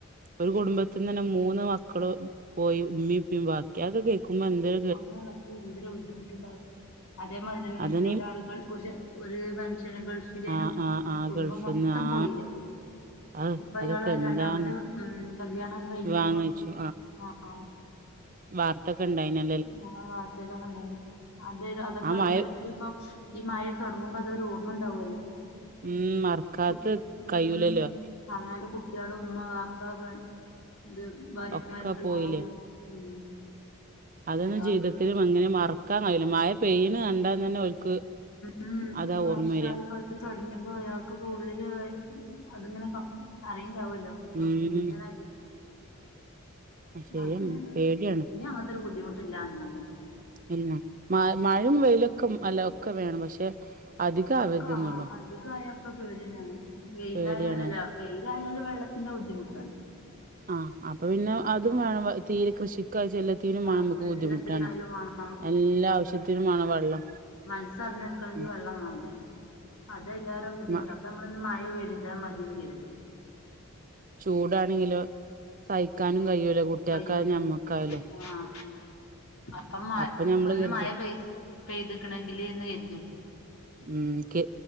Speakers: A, on the right; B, on the left.
A: ഒരു കുടുംബത്തിന്നെന്നെ മൂന്ന് മക്കള് പോയി. ഉമ്മി ഇപ്പിം ബാക്കി. അതൊക്ക കേ ക്കുമ്പ എന്തൊര്
B: അങ്ങനെ കാട്ട്യാ എന്തൊര് ബുദ്ധിമുട്ട്ണ്ടതൊക്കെ. അതെ മാതിര്യെന്നെ വീട്ട്ലൊരാള്
A: അതിന്
B: ഗൾ പുരുഷ ഒര് മെൻഷന് ഗൾഫിലേനു.
A: ആ ആ ആ
B: കുടുംബം
A: ഗൾഫ്ന്ന്
B: മൊത്തം
A: ആ
B: പോയ്ല്ലേ.
A: അ
B: ഇപ്പ
A: അതൊക്കെ
B: അയാള്
A: എന്താണ്
B: രണ്ടാമത് ഉം കല്യാണൊക്ക കയ്ഞ്ഞ്പ്പൊ
A: വാങ്ങിച്ചു
B: ആഹ്.
A: വാർത്തൊക്കണ്ടായ്ന
B: ആഹ് വാർത്തേലൊക്കെണ്ടായ്നി. അതേലോ അതൊക്ക
A: ആ മഴ
B: ഉള്ളില് ഇപ്പം ഈ മയെട് തൊടങ്ങ്മ്പ അതൊര് ഓർമ്മ ഇണ്ടാവൊല്ലോ.
A: ഉം മറക്കാത്ത്
B: കുട്ട്യാ ഉം
A: കയ്യൂലല്ലോ
B: കുട്ട് അവനാന്റ കുട്ട്യേളും ഉമ്മാ വാപ്പ പെൺ ത് ഭാര്യമാരൊക്ക
A: ഒക്കെ
B: എല്ലാരും.
A: പോയില്ലേ
B: ഉം
A: അതൊന്നും
B: എല്ലാരും
A: ജീവിതത്തില്
B: പോയി.
A: അങ്ങനെ മറക്കാൻ കയൂല്ല മയ പെയ്യിണെ കണ്ടാൽ തന്നെ ഓൽക്ക്
B: ഉം
A: അതാ
B: ഒരു വർഷായപ്പ
A: ഓർമ്മ വരിക
B: ഇത് തൊടങ്ങിയപ്പം അയാൾക്ക് ഇപ്പം ഉള്ളില് അത്ങ്ങനെ പറയ്ണ്ടാവല്ലോ ഇപ്പം
A: ഉം
B: എങ്ങനായാലും
A: ശരിയാണ്
B: ആഹ് അങ്ങന്യാണ്
A: പേടിയാണ്
B: ഇഞ്ഞ് അങ്ങനത്തൊരു ബുദ്ധിമുട്ട് ഇല്ലാതിരുന്ന മതി
A: പിന്നെ മഴിം വെയിലും ഒക്കെ അല്ല ഒക്കെ വേണം പക്ഷെ അധികം ആവരുതെന്നുള്ളു
B: ഒക്കെ ആഹ അധികായ ഒക്കെ പേട്യെന്നാണ് വെയിലായ
A: പേടിയാണ്
B: അല്ല വെയി യിലായാല് വെള്ളത്തിന്റെ ബുദ്ധിമുട്ടാണ്
A: ആഹ് അപ്പം പിന്നെ
B: ആഹ്
A: അതും വേണം തീരെ കൃഷിക്കാവശ്യല്ലത് ത്തിര്മാം
B: ആഹ്
A: അമ്മക്ക്
B: എല്ലാത്തിനായാലും
A: ബുദ്ധിമുട്ടാണ്
B: വേണം
A: എല്ലാ ആവശ്യത്തിനും മാണം വെള്ളം
B: മനസ് അറിഞ്ഞെടുക്കണെങ്കി
A: ഉം
B: വെള്ളം മാണ്ടേ അതയ്‌ലേറെ ബുദ്ധിമുട്ട
A: മ
B: അപ്പം ഞമ്മളൊന്ന് മഴ പെര്താ മതീന്ന് കരുതും
A: ചൂടാണെങ്കിലൊ സഹിക്കാനും കയ്യൂല കുട്ടേക്കായാലും
B: കയ്യൂല
A: ഞമ്മക്കായാലും
B: ആഹ് അപ്പം മ
A: അപ്പൊ ഞമ്മള്
B: ഒന്ന്
A: കരുതും
B: മയ പെയ് പെയ്ത്ക്ണെങ്കില്ന്ന് കരുതും
A: ഉം കെ